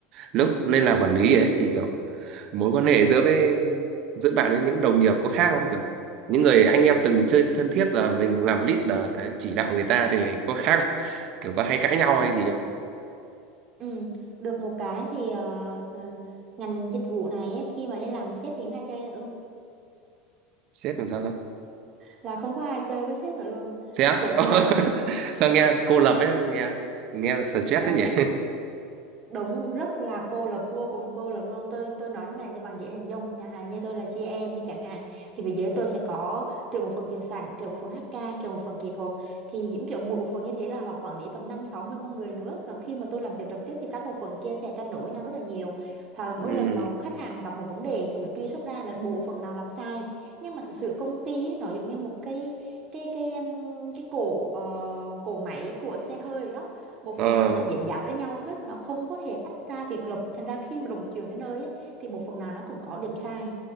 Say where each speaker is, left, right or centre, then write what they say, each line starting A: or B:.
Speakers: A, on the right; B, on the right.
A: lúc lên làm quản lý ấy thì kiểu mối quan hệ giữa với giữa bạn với những đồng nghiệp có khác không kiểu những người anh em từng chơi thân thiết là mình làm leader đấy, chỉ đạo người ta thì có khác không? kiểu có hay cãi nhau hay gì không
B: ừ. được một cái thì ờ, ờ, ngành dịch vụ này ấy, khi mà đi làm sếp thì không ai chơi nữa luôn
A: sếp làm sao cơ
B: là không có ai chơi với sếp nữa luôn
A: thế á
B: kiểu
A: <laughs> Ồ,
B: như là
A: sao nghe cô lập ấy nghe nghe là stress
B: đúng
A: đấy nhỉ
B: đúng rất là cô lập vô cùng cô lập luôn tôi tôi nói này cho bạn dễ hình dung chẳng hạn như tôi là giê em đi chẳng hạn thì về giới tôi sẽ có trừ một phần tiền sản trừ một phần HK trừ một phần kỹ thuật thì những kiểu mỗi bộ phận như thế là họ quản lý tầm năm sáu mươi con người nữa và khi mà tôi làm việc trực tiếp thì các bộ phận kia sẽ tranh đấu với nhau rất là nhiều hoặc là mỗi
A: <laughs> ừ
B: lần mà khách hàng mà gặp một vấn đề thì phải truy xuất ra là bộ phận nào làm sai nhưng mà thực sự công ty ấy, nó giống như một cái cái cái um, cái cổ ờ, cổ máy của xe hơi đó một phần
A: ờ
B: nào nó cũng dính dáng tới nhau hết nó không có thể tách ra biệt lập thành ra khi mà đồng trường đến nơi á, thì một phần nào nó cũng có điểm sai